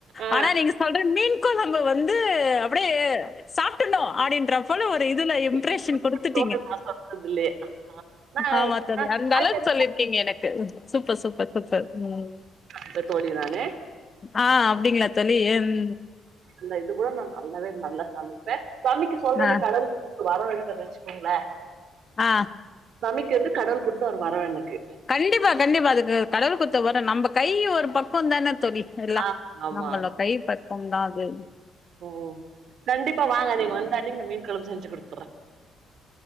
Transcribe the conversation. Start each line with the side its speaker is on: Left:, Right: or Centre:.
Right: ஆ.
Left: ஆனா நீங்க சொல் ற மீன் கொழம்பு வந்து அப்டியே சாப்டுர்னு அப்டின்ற போல ஒரு இதுல இம்ப்ரெஷன்
Right: இப்ப
Left: குடுத்துட்டீங்க
Right: தோணுது நான் சொல்றதில்லையே. நா
Left: ஆமா தோழி
Right: நா
Left: அந்த
Right: காய்கறி
Left: அளவுக்கு சொல்லிருக்கீங்க
Right: கூட
Left: எனக்கு சூப்பர் சூப்பர் சூப்பர் ம்
Right: இப்ப தோழி நானு
Left: ஆ அப்டிங்ளா தோழி ம்
Right: அந்த இது கூட நா நல்லாவே நல்லா சமைப்பே சமைக்க சொல்றது
Left: ஆ,
Right: கட வுள் வரோ இருக்குது வச்சுக்கோங்ளே
Left: ஆ
Right: சமைக்கிறது கடவுள் குடுத்த ஒரு வரோ எனக்கு
Left: கண்டிப்பா கண்டிப்பா அதுக்கு கடவுள் குடுத்த வரோ நம்ப கை ஒரு பக்கோ தான தோழி எல்லா
Right: ஆமா ஆமா
Left: நம்மள கை பக்குவந்தா அது
Right: ஓ கண்டிப்பா வாங்க நீங்க வந்தன்னைக்கு நா மீன்கொழம்பு செஞ்சு குடுக்